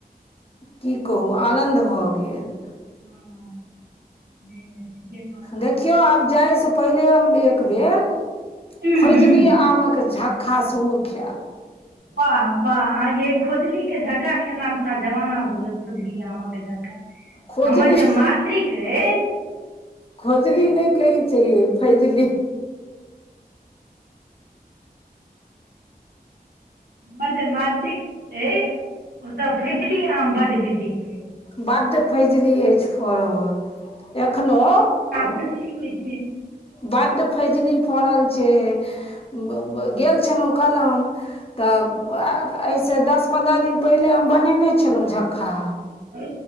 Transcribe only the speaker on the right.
हँ नय नय ठिके
हूँ
हूँ
वाह वाह आ यै खोजलीे झक्का खेना तऽ हमरा जमाना भऽ गेल खोजली आम के झक्का
हमर जे मातृक ऐछि
हमर जे मातृक अय ओतय फैजली आम बड्ड भेटै छै
फैजली होइ छै
ओ